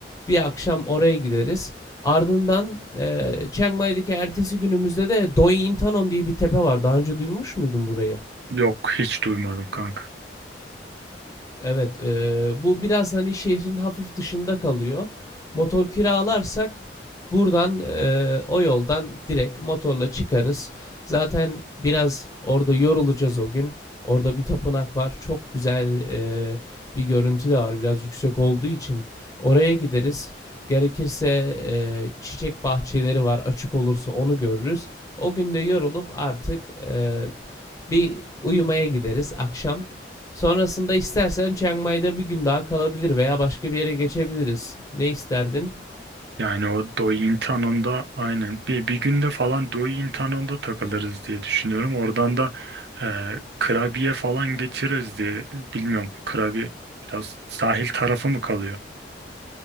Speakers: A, on the left; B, on the right.
A: Bir akşam oraya gideriz. Ardından e, Chiang Mai'deki ertesi günümüzde de Doi Intanon diye bir tepe var. Daha önce duymuş muydun burayı?
B: Yok hiç duymadım kanka.
A: Evet, eee, bu biraz hani şehrin hafif dışında kalıyor. Motor kiralarsak buradan eee, o yoldan direkt motorla çıkarız. Zaten biraz orada yorulacağız o gün. Orada bir tapınak var. Çok güzel eee, bir görüntü de var. Biraz yüksek olduğu için oraya gideriz. Gerekirse eee, çiçek bahçeleri var. Açık olursa onu görürüz. O gün de yorulup artık eee, bir uyumaya gideriz akşam. Sonrasında istersen Chiang Mai'de bir gün daha kalabilir veya başka bir yere geçebiliriz. Ne isterdin?
B: Yani o Dointanon'da da aynen bir, bir günde falan Dointanon'da takılırız diye düşünüyorum. Oradan da e, Krabiye falan geçiririz diye bilmiyorum. Krabi biraz sahil tarafı mı kalıyor?